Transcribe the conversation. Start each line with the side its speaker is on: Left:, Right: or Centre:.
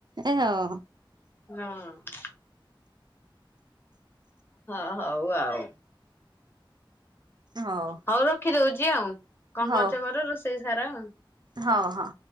Right: ଏ ହଁ
Left: ହଁ। ହଁ ହଉ ଆଉ।
Right: ହଉ।
Left: ହଉ ରଖି ଦଉଚି ଆଉ, କଣ
Right: ହଉ
Left: କରୁଚ କର ରୋଷେଇ ସାର ଆଉ।
Right: ହଉ ହଁ।